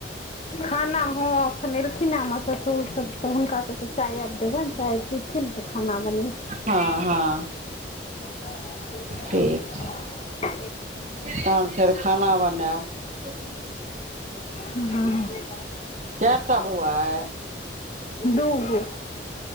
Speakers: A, on the left; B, on the right.
A: खाना हँ एखन एलखिन हमर ससुर सब तऽ हुनका सबके चाय आब देबनि चाय पीथिन। खाना बनेबै।
B: हँ हँ।
A: <unintelligible>
B: ठीक तहन फेर खाना बनेब।
A: हँ
B: कै टा बौआ अय।
A: दू गो।